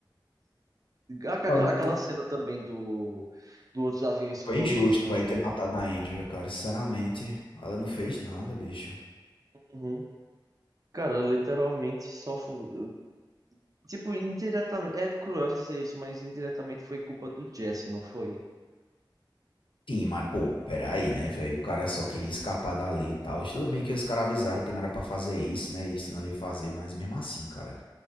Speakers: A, on the right; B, on the left.
A: A- aquela
B: Total,
A: aquela
B: pô.
A: cena também do, do outros aviões
B: Foi
A: colidindo,
B: injusto, vai
A: mano.
B: ter matado a Andrea, cara. Sinceramente, ela não fez nada, bicho.
A: Uhum. Cara, literalmente só foi. Tipo, indiretamente. É cruel dizer isso, mas indiretamente foi culpa do Jesse, não foi?
B: Sim, mas pô, peraí, né, velho? O cara só queria escapar
A: Uhum.
B: da lei e tal. Tudo bem que os caras avisaram que não era pra fazer isso, né? Isso não ia fazer, mas mesmo assim, cara.